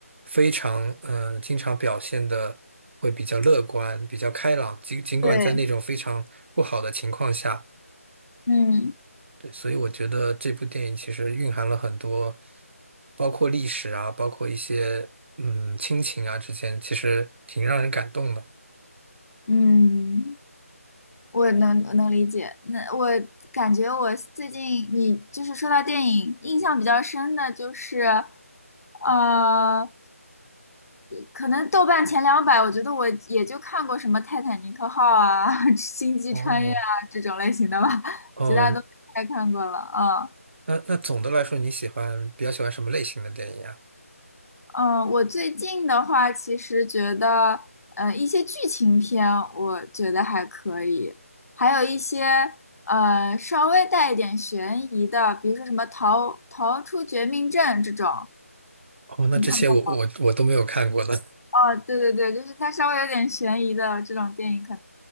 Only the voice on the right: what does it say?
非常，嗯，经常表现的会比较乐观、比较开朗，尽尽管在那种非常不好的情况下。
对，所以我觉得这部电影其实蕴含了很多，包括历史啊，包括一些嗯亲情啊之间，其实挺让人感动的。
哦，哦，
那那总的来说，你喜欢比较喜欢什么类型的电影啊？
哦，那这些我我我都没有看过呢。